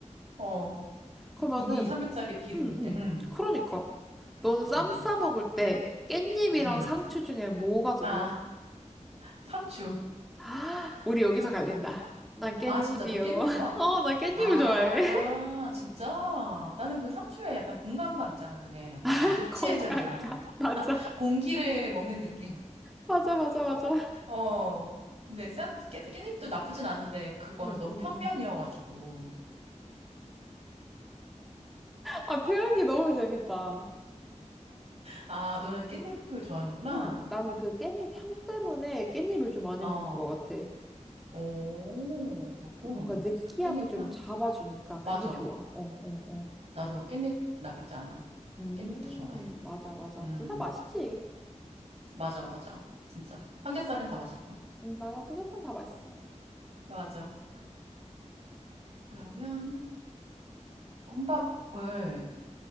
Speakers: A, on the right (about 55°); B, in the centre.
A: 어,
B: 그러면은,
A: 이미 삼겹살이 기름인데,
B: 응, 응.
A: 음,
B: 그러니까. 너는 쌈
A: 음,
B: 싸 먹을 때 깻잎이랑
A: 음.
B: 상추 중에 뭐가 더
A: 아,
B: 좋아?
A: 상추.
B: <gasps> 아, 우리 여기서 갈린다. 난 깻잎이요.
A: 아, 진짜 너 깻잎
B: <laughs>
A: 좋아?
B: 어, 나 깻잎을
A: 아,
B: 좋아해.
A: 진짜? 나는 그 상추에 약간 공간감 있잖아, 그게. 약간
B: <laughs>
A: 입체적이잖아.
B: 건강가. 맞아.
A: 공기를 <laughs> 먹는 느낌.
B: 맞아, 맞아, 맞아.
A: 어. 근데 쌈- 깻- 깻잎도 나쁘진 않은데, 그거는
B: 응,
A: 너무
B: 응,
A: 평면이어가지고.
B: 응. 아, 표현이 너무 재밌다.
A: 아, 너는 깻잎을 좋아하는구나.
B: 응, 나는 그 깻잎 향 때문에 깻잎을 좀 많이
A: 어.
B: 먹는 것 같아.
A: 오, 그렇군.
B: 그 뭔가 느끼함을
A: 깻잎
B: 좀
A: 향.
B: 잡아주니까
A: 맞아.
B: 그게 좋아. 어, 어, 어.
A: 나도 깻잎 나쁘지 않아.
B: 음,
A: 깻잎도 좋아해.
B: 맞아, 맞아.
A: 음,
B: 둘 다 맛있지.
A: 맞아, 맞아. 진짜. 삼겹살은 다 맛있어.
B: 음, 맞아. 삼겹살 다 맛있어.
A: 맞아. 그러면 혼밥을